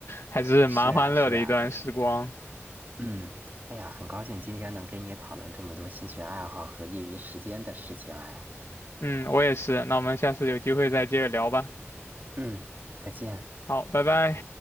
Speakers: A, on the left; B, on the right.
A: 还是蛮欢乐的一段时光。
B: 是啊，是啊，嗯，哎呀，很高兴今天能跟你讨论这么多兴趣爱好和业余时间的事情。哎，
A: 嗯，我也是。那我们下次有机会再接着聊吧。
B: 嗯，再见。
A: 好，拜拜。